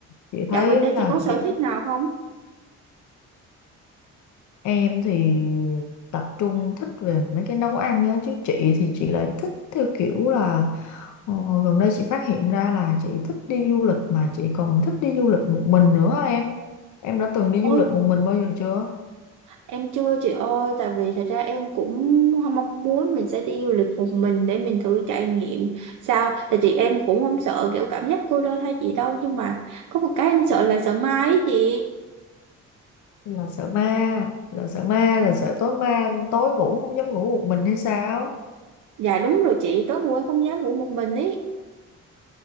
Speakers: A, on the left; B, on the right.
A: chị
B: Dạo
A: thấy
B: gần đây chị
A: là
B: có sở
A: kiểu
B: thích nào không?
A: Em thì tập trung thích về mấy cái nấu ăn á chứ chị thì chị lại thích theo kiểu là ờ, gần đây chị phát hiện ra là chị thích đi du lịch mà chị còn thích đi du lịch một mình nữa á em. Em đã từng đi
B: Ôi
A: du lịch một mình bao giờ chưa?
B: Em chưa chị ơi, tại vì thật ra em cũng không mong muốn mình sẽ đi du lịch một mình để mình thử trải nghiệm sao. tại chị em cũng không sợ kiểu cảm giác cô đơn hay gì đâu, nhưng mà có một cái em sợ là sợ ma ấy chị.
A: Là sợ ma, là sợ ma, là sợ tối ma, tối ngủ không dám ngủ một mình hay sao?
B: Dạ đúng rồi chị, tối ngủ em không dám ngủ một mình ấy.